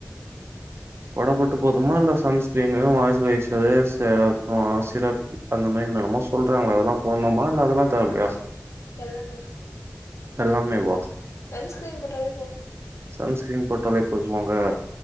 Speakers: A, on the right (about 50°); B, on the left (about 65°).
A: கொட மட்டு போதுமா இல்ல சன்ஸ்கிரீனு மாய்சுரைசரு சே அப்றோ சிரப் அந்த மாரி என்னென்னமோ சொல்றாங்க அதெல்லா போடணுமா இல்ல அதெல்லா தேவயில்லயா
B: எல்லாமே தா
A: எல்லாமே வா
B: சன்ஸ்கிரீம் போட்டாலே போது
A: சன்ஸ்கிரீன் போட்டாலே போதுமாங்க